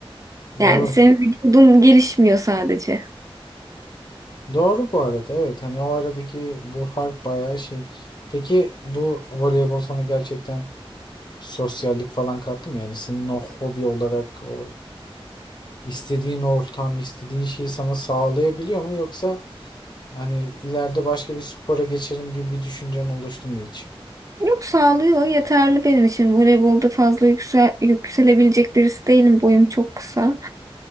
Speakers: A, on the right; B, on the left.
A: Yani
B: doğru.
A: senin vücudun gelişmiyor sadece.
B: Doğru bu arada evet. Hani o aradaki bu fark bayağı şey. Peki bu voleybol sana gerçekten sosyallik falan kattı mı? Yani senin o hobi olarak o istediğin ortam, istediğin şeyi sana sağlayabiliyor mu yoksa Hani ileride başka bir spora geçerim gibi bir düşüncen oluştu mu hiç?
A: Yok sağlıyor yeterli benim için. Voleybolda fazla yüksel yükselebilecek birisi değilim. Boyum çok kısa.